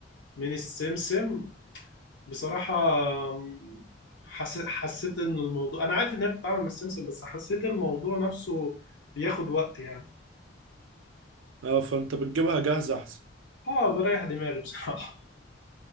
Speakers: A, on the left; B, on the right.
A: من السمسم بصراحة أم، حس... حسيت إن الموضوع أنا عارف إن هي بتتعامل مع السمسم بس حسيت الموضوع نفسه بياخد وقت يعني
B: آه فأنت بتجيبها جاهزة أحسن
A: آه بريح دماغي بصراحة <laughs>